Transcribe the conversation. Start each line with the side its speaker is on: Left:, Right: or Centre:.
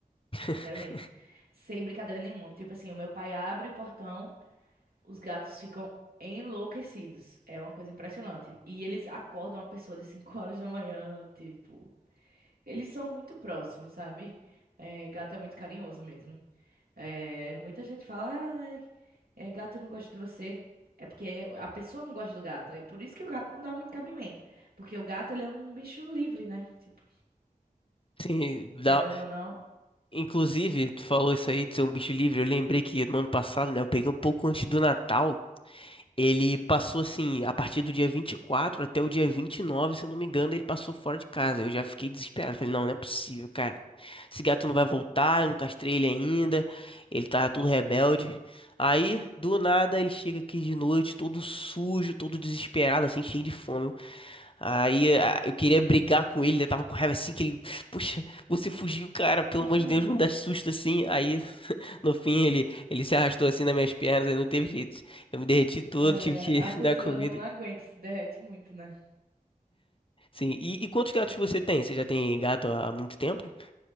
Left: <laughs>
Right: Sério mesmo. Sem brincadeira nenhuma. Tipo assim, o meu pai abre o portão. Os gatos ficam enlouquecidos. É uma coisa impressionante. E eles acordam a pessoa de 5 horas da manhã, tipo. Eles são muito próximos, sabe? É, gato é muito carinhoso mesmo. É, muita gente fala, ah, é, gato não gosta de você. É porque a pessoa não gosta do gato. Aí por isso que o gato não dá muito cabimento. Porque o gato, ele é um bicho livre, né? Tipo,
Left: Sim, dá...
Right: querendo ou não,
Left: Inclusive, tu falou isso aí de ser um bicho livre, eu lembrei que no ano passado, né, eu peguei um pouco antes do Natal, Ele passou assim, a partir do dia 24 até o dia 29, se eu não me engano, ele passou fora de casa. Eu já fiquei desesperado. Falei, não, não é possível, cara. Esse gato não vai voltar, eu não castrei ele ainda. Ele tá todo rebelde. Aí, do nada, ele chega aqui de noite, todo sujo, todo desesperado, assim, cheio de fome. Aí a- eu queria brigar com ele, eu tava com raiva assim, que ele, poxa, você fugiu, cara, pelo
Right: <laughs>
Left: amor de Deus, não dá susto assim. Aí, <laughs> no fim, ele, ele se arrastou assim nas minhas pernas, aí não teve jeito. Eu me derreti todo,
Right: é,
Left: tive que
Right: a
Left: <laughs>
Right: pessoa
Left: dar comida.
Right: não aguenta, se derrete muito, né?
Left: Sim. E, e quantos gatos você tem? Você já tem gato há muito tempo?